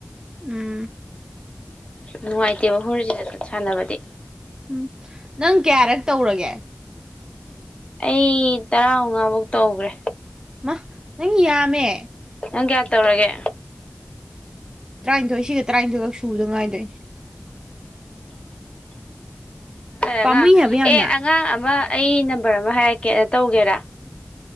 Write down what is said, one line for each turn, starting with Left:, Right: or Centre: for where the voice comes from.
Right: ꯎꯝ
Left: ꯅꯨꯡꯉꯥꯏꯇꯦꯕ ꯍꯣꯔꯁꯤꯗ ꯁꯥꯟꯅꯕꯗꯤ
Right: ꯎꯝ ꯅꯪ ꯀꯌꯥꯔꯛ ꯇꯧꯔꯒꯦ
Left: ꯑꯩ ꯇꯔꯥ ꯃꯉꯥꯃꯨꯛ ꯇꯧꯈ꯭ꯔꯦ
Right: ꯃꯥ ꯅꯪ ꯌꯥꯝꯃꯦ
Left: ꯄ ꯀꯌꯥ ꯇꯧꯔꯒꯦ
Right: ꯇꯔꯥꯅꯤꯊꯣꯏ ꯁꯤꯒ ꯇꯔꯥꯅꯤꯊꯣꯏꯈ ꯁꯨꯕꯗ ꯉꯥꯏꯗꯣꯏꯅꯦ
Left: ꯑꯉ
Right: ꯄꯥꯝꯃꯨꯏ ꯍꯥꯏꯕ ꯌꯥꯝꯅ
Left: ꯑꯦ ꯑꯉꯥꯡ ꯑꯃ ꯑꯩ ꯅꯝꯕꯔ ꯑꯃ ꯍꯥꯏꯔꯛꯀꯦꯅ ꯇꯧꯒꯦꯔꯥ